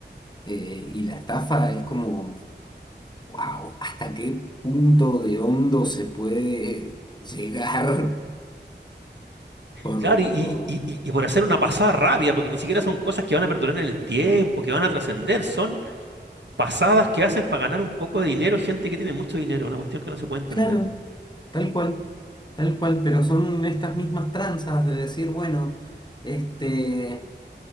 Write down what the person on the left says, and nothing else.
eh, y la estafa es como, wow, ¿hasta qué punto de hondo se puede llegar por,
por...
Claro, Tal cual, tal cual, pero son estas mismas tranzas de decir, bueno, este,